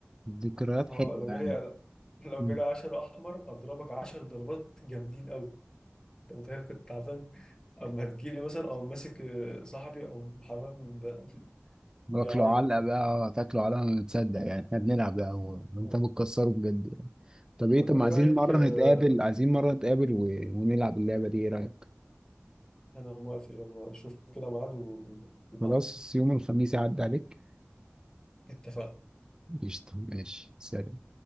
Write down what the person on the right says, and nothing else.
ذكريات
حلوة
يعني
مم.
واكلوا علقة
بقى تاكلوا علقة ما تصدق يعني احنا بنلعب بقى وانت
بتكسره بجد يعني طب ايه
طب ما
عايزين
مرة
نتقابل عايزين مرة نتقابل و... ونلعب اللعبة دي ايه رأيك؟
خلاص يوم الخميس يعدي عليك
قشطة ماشي سلام